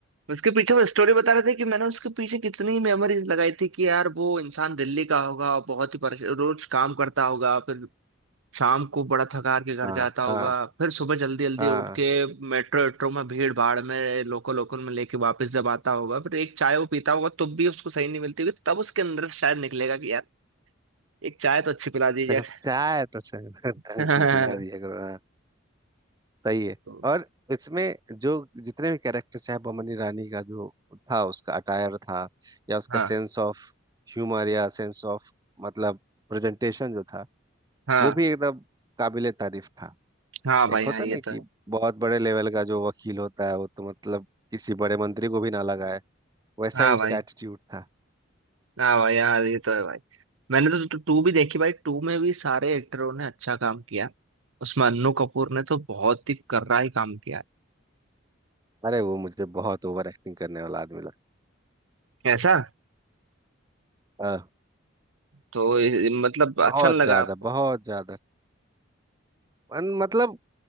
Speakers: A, on the right; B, on the right.
A: उसके पीछे वो स्टोरी बता रहे थे कि मैंने उसके पीछे कितनी मेमोरीज लगाई थी कि यार वो इंसान दिल्ली का होगा बहुत ही परेशान रोज काम करता होगा फिर शाम को बड़ा थकार के घर
B: हाँ
A: जाता
B: हाँ
A: होगा फिर सुबह जल्दी जल्दी
B: हाँ
A: उठ के मेट्रो मेट्रो में भीड़ भाड़ में लोकल लोकल में लेके वापस जब आता होगा फिर एक चाय वो पीता होगा तब भी उसको सही नहीं मिलती होगी तब उसके अंदर शायद निकलेगा कि यार एक चाय तो अच्छी पिला
B: कम
A: दी जाए
B: से कम चाय तो चाय <laughs> ढंग
A: <laughs>
B: की पिला दिया करो हाँ सही है
A: तो
B: और इसमें जो जितने भी कैरेक्टर्स हैं बमनी रानी का जो था उसका अटायर था या उसका
A: हाँ
B: सेंस ऑफ ह्यूमर या सेंस ऑफ मतलब प्रेजेंटेशन जो था
A: हाँ
B: वो भी एकदम काबिले तारीफ था
A: हाँ भाई
B: एक होता
A: हाँ ये
B: नहीं
A: तो
B: कि
A: है
B: बहुत बड़े लेवल का जो वकील होता है वो तो मतलब किसी बड़े मंत्री को भी ना लगाए वैसा
A: हाँ
B: ही उसका
A: भाई
B: एटीट्यूड था
A: हाँ भाई यार ये तो है भाई मैंने तो टू भी देखी भाई टू में भी सारे एक्टरों ने अच्छा काम किया उसमें अन्नू कपूर ने तो बहुत ही कर्रा ही काम किया
B: अरे वो मुझे बहुत ओवर एक्टिंग करने वाला आदमी
A: है ऐसा
B: लगा अ,
A: तो ये- मतलब
B: बहुत
A: अच्छा नहीं लगा
B: ज्यादा
A: आपको
B: बहुत ज्यादा अन- मतलब